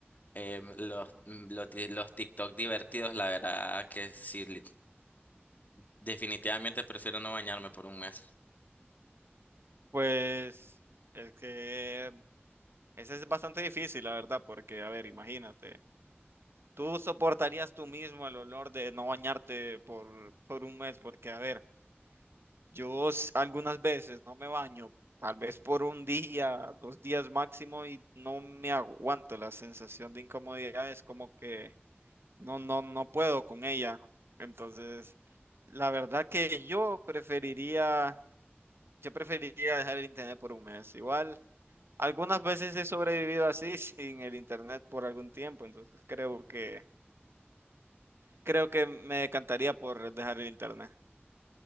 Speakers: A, on the left (about 40°); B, on the right (about 65°).
A: eh, los, mm, los, di- los TikTok divertidos, la verdad que sí, li- definitivamente prefiero no bañarme por un mes.
B: Pues es que ese es bastante difícil, la verdad, porque, a ver, imagínate, tú soportarías tú mismo el olor de no bañarte por, por un mes, porque, a ver, yo s- algunas veces no me baño, tal vez por un día, dos días máximo, y no me aguanto la sensación de incomodidad, es como que no, no, no puedo con ella. Entonces, la verdad que yo preferiría, yo preferiría dejar el internet por un mes, igual. Algunas veces he sobrevivido así <laughs> sin el internet por algún tiempo, entonces creo que creo que me decantaría por dejar el internet.